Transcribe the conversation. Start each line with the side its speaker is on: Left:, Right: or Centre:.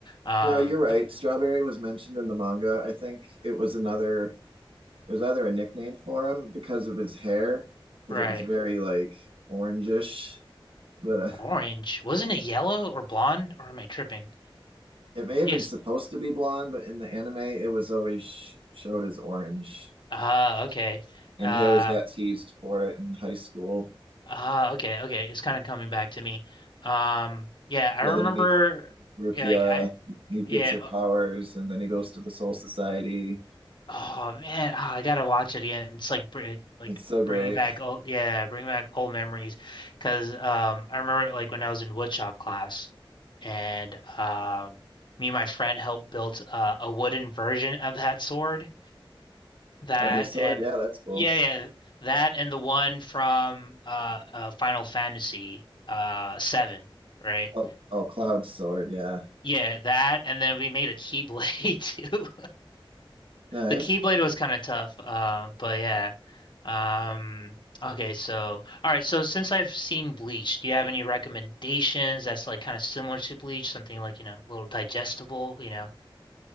Left: Um,
Right: No, you're right.
Left: b-
Right: Strawberry was mentioned in the manga. I think it was another, it was either a nickname for him because of his hair, because
Left: right.
Right: it was very like orangish, but uh,
Left: Orange. Wasn't it yellow or blonde? Or am I tripping?
Right: It may have
Left: Yes.
Right: been supposed to be blonde, but in the anime, it was always sh showed as orange,
Left: Uh, okay.
Right: and
Left: Uh,
Right: he always got teased for it in high school.
Left: Ah, okay, okay. It's kind of coming back to me. Um, yeah, I
Right: Yeah,
Left: remember.
Right: then he meets Rukia.
Left: Yeah, like I,
Right: He gets
Left: yeah.
Right: her
Left: Oh,
Right: powers, and then he goes to the Soul Society.
Left: oh, man, ah, I gotta watch it again. It's like br like
Right: It's so great.
Left: bringing back old, yeah, bringing back old memories. Because um, I remember like when I was in woodshop class, and um, me and my friend helped build uh, a wooden version of that sword. That
Right: Oh, his sword,
Left: and
Right: yeah, that's cool.
Left: yeah, yeah, that and the one from uh, uh Final Fantasy uh seven, right?
Right: Oh, oh, Cloud's sword, yeah,
Left: Yeah, that, and then we made a Keyblade <laughs> too.
Right: nice.
Left: The Keyblade was kind of tough, uh, but yeah. Um, okay, so all right, so since I've seen Bleach, do you have any recommendations that's like kind of similar to Bleach, something like, you know, a little digestible, you know,